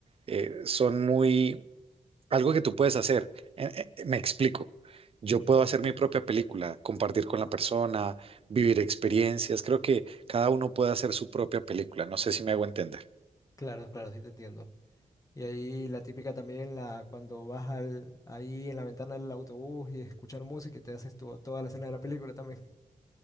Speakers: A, on the right; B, on the left.
A: eh, son muy algo que tú puedes hacer. Eh, eh, Me explico. Yo
B: Ujú.
A: puedo hacer
B: Ujú.
A: mi propia película, compartir con la persona, vivir experiencias. Creo que cada uno puede hacer su propia película. No sé si me hago entender.
B: Claro, claro, sí te entiendo. Y ahí la típica también, la, cuando vas al, ahí en la ventana del autobús y escuchar música y te haces tu- toda la escena de la película también. <laughs>